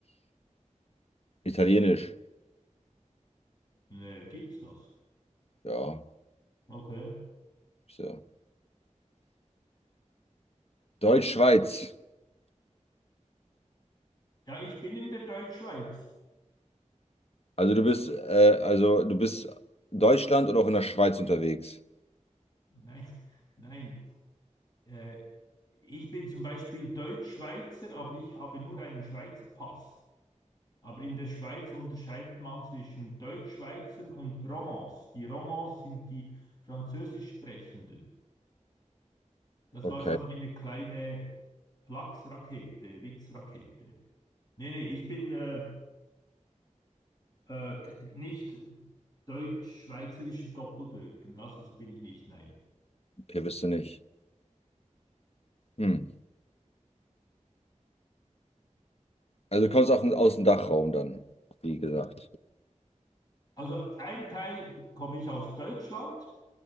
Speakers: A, on the left; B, on the left.
A: Deutsch-italienisch?
B: Nee, gibt's das?
A: Ja,
B: Okay.
A: so. Deutsch-Schweiz.
B: Ja, ich bin in der Deutschschweiz.
A: Also du bist, äh, also du bist Deutschland oder auch in der Schweiz unterwegs.
B: Nein, <laughs> nein. Äh, ich bin zum Beispiel Deutschschweizer, aber ich habe nur einen Schweizer Pass. Aber in der Schweiz unterscheidet man zwischen Deutschschweizern und Romans. Die Romans sind die Französisch Sprechenden. Das
A: Okay,
B: war so eine kleine Flachsrakete, Witzrakete. Nee, nee, ich bin äh, äh, nicht deutsch-schweizerischer Doppelbürger. Das ist, bin ich nicht, nein.
A: okay, bist du nicht. Hm. Also du kommst auch aus dem Dachraum dann, wie gesagt.
B: Also ein Teil komme ich aus Deutschland,